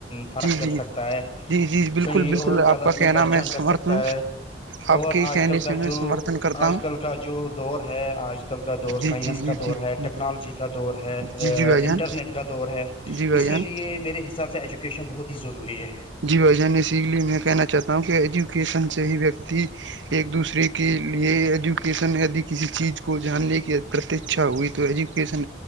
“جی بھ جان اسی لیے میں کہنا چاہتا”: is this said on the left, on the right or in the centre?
Right